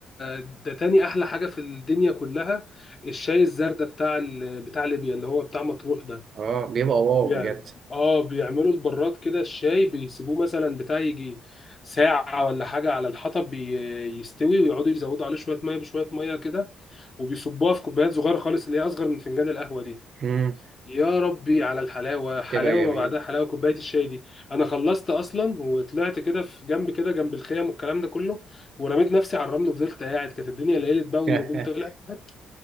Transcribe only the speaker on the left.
ده تاني احلى حاجه في الدنيا كلها الشاي الزردة بتاع ال... بتاع ليبيا اللي هو بتاع مطروح ده
يعني
اه بيعملوا البراد كده الشاي بيسيبوه مثلا بتاع يجي ساعه ولا حاجه على الحطب بي... يستوي ويقعدوا يزودوا عليه شويه ميه بشويه ميه كده وبيصبوها في كوبايات صغيره خالص اللي هي اصغر من فنجان القهوه دي
يا ربي على الحلاوه حلاوه
ما بعدها حلاوه كوبايه الشاي دي انا خلصت اصلا وطلعت كده في جنب كده جنب الخيم والكلام ده كله ورميت نفسي على الرمل وفضلت قاعد كانت الدنيا ليلت بقى والنجوم
طلعت